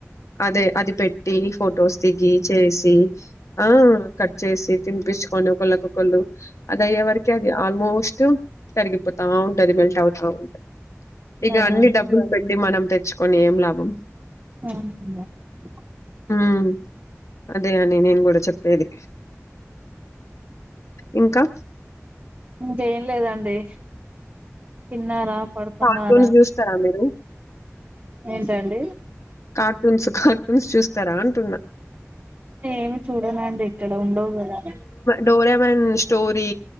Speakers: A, on the left; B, on the right.
A: అదే అది పెట్టి ఫొటోస్ దిగి చేసి ఆ కట్ చేసి తినిపచ్చుకొని ఒకళ్ళకళ్ళు అది అయ్యే వరక అది ఆల్మోస్ట్ తరిగిపోతా ఉంటది మెల్ట్ అవుతా ఉంటది ఇక
B: అవునండి
A: అన్నీ బ్బ పెడ్డి మనం తెచ్చుకొని ఏం లాభం
B: <unintelligible>
A: ఉమ్ అదే అని నేను కూడా చెప్పేది ఇంకా
B: అంటే లేదండి తిన్నారా పడుకున్నారా
A: కార్టూన్స్ చూస్తారా మీరు
B: ఏంటండి
A: కార్టూన్స్ కార్టూన్స్ చూస్తారా అంటున్నా
B: ఏమి చూడనండి ఇక్కడ ఉండవు కదా
A: డోరమన్ స్టోరీ